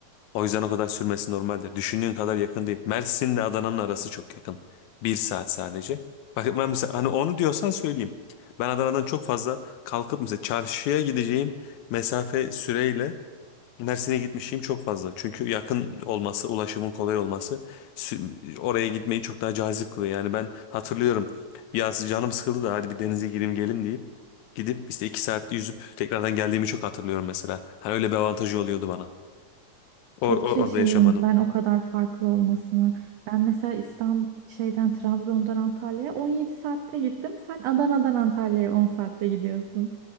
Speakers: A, on the left; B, on the right.
A: O yüzden o kadar sürmesi normaldir. Düşündüğün kadar yakın değil. Mersin'le Adana'nın arası çok yakın. Bir saat sadece. Bak ben mesela hani onu diyorsan söyleyeyim. Ben Adana'dan çok fazla kalkıp mesela çarşıya gideceğim mesafe süreyle Mersin'e gitmişim çok fazla. Çünkü yakın olması, ulaşımın kolay olması sü- oraya gitmeyi çok daha cazip kılıyor. Yani ben hatırlıyorum. Ya canım sıkıldı da hadi bir denize gireyim gelin deyip gidip işte iki saat yüzüp tekrardan geldiğimi çok hatırlıyorum mesela. Hani öyle bir avantajı oluyordu bana. Or
B: Çok
A: or-
B: şaşırdım
A: orada yaşamanın.
B: ben o kadar farklı olmasının. Ben mesela İstanbul şeyden Trabzon'dan Antalya'ya 17 saatte gittim. Sen Adana'dan Antalya'ya 10 saatte gidiyorsun.